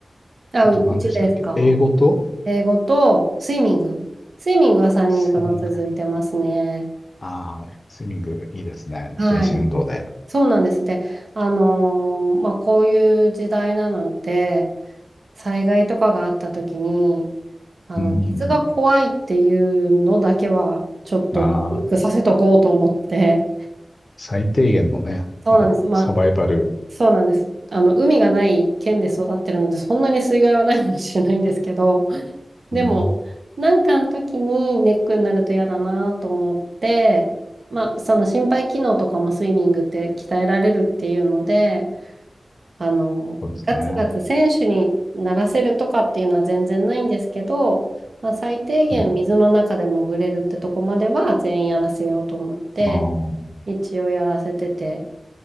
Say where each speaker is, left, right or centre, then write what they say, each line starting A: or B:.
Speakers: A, on the right; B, on the left.
A: あ、
B: あと何でしたっけ英語と
A: う、うちですか英語とスイミング。スイミングは3人とも続いてますね。
B: スイミング。ああ、スイミングいいですね。
A: はい。
B: 全身運動で。
A: そうなんです。で、あのーまあ、こういう時代なので、災害とかがあった時に、あの、
B: うん。
A: 水が怖いっていうのだけは、ちょっと克服させとこうと思って。
B: ああ、最低限のね、
A: そうなんです。
B: なんだろう、
A: まあ、
B: サバイバル。
A: そうなんです。あの、海がない県で育ってるので、そんなに水害はないかもしれないんですけど、でも、
B: うん、
A: なんかの時にネックになると嫌だなと思って、まあ、その心肺機能とかもスイミングって鍛えられるっていうので、あの、
B: そうですね。
A: ガツガツ選手にならせるとかっていうのは全然ないんですけど、まあ、最低限水の中で潜れるってとこまでは全員やらせようと思って、
B: はい。あ
A: 一応やらせてて。